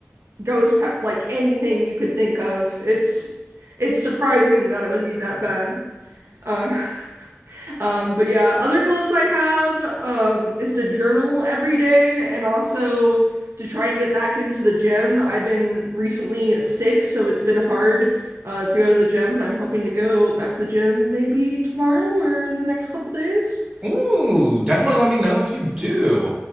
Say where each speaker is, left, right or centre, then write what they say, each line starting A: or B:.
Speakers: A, on the right (about 70°); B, on the right (about 20°).
A: ghost pet, like anything you could think of. It's it's surprising that it would be that bad. Uh, <laughs> um, but yeah, other goals I have um, is to journal every day and also to try and get back into the gym. I've been recently sick, so it's been hard uh, to go to the gym, but I'm hoping to go back to the gym maybe tomorrow or in the next couple days.
B: ooh, definitely let me know if you do.